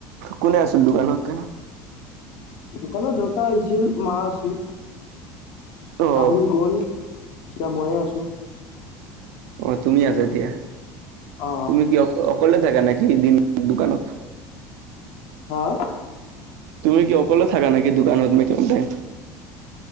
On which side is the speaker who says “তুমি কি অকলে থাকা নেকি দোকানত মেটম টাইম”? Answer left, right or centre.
Right